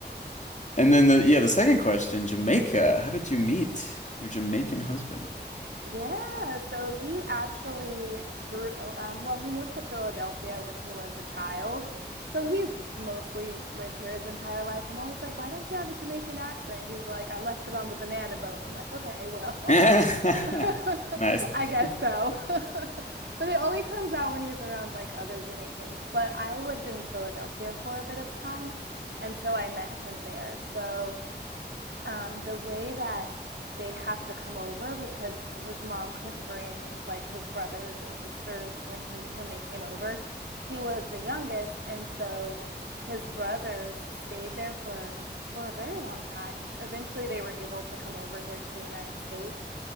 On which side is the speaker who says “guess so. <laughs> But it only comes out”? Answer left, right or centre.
Right